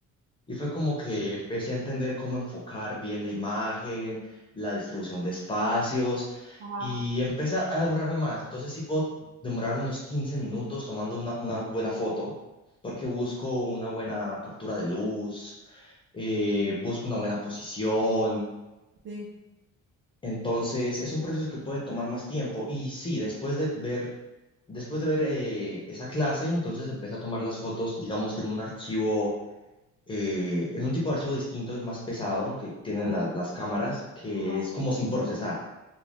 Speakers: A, on the left; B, on the right.
A: Y fue como que empecé a entender cómo enfocar bien la imagen, la distribución de espacios
B: Ajá,
A: y empecé a a demorarme más. Entonces sí puedo demorarme unos 15 minutos tomando una, una buena foto porque busco una buena captura de luz, eh, busco una buena posición.
B: sí.
A: Entonces es un proceso que puede tomar más tiempo. Y sí, después de ver, después de ver eh, esa clase, entonces empecé a tomar las fotos, digamos que en un archivo eh, en un tipo de archivo distinto, es más pesado, que tienen
B: ajá,
A: la- las cámaras, que
B: ajá.
A: es como sin procesar.